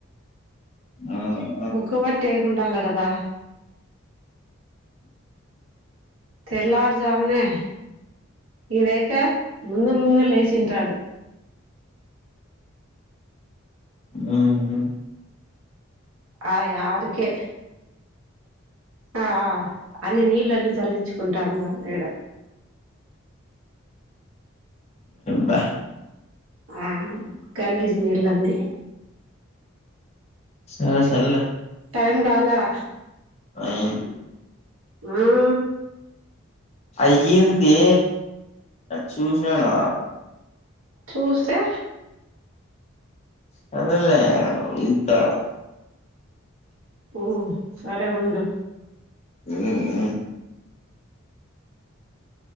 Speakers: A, on the left; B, on the right.
A: ఉహు
B: <unintelligible> కదా తెల్లారుజామునే ఇడైతే ముందే ముందే లేచింటాడు
A: అవును
B: ఆయ్ ఆరుకే ఆ అన్ని నీళ్ళన్ని చల్లించుకుంటాండ ఈడ
A: బా
B: ఆ కనీసం నీలన్న ఇయ్
A: సరే సర్లే
B: టైం కాలా
A: అవును
B: హుమ్
A: అయ్యింది చూసినాను
B: చూస్తే
A: సరేలే ఉంటాను
B: ఓ సరే ఉండు
A: హుమ్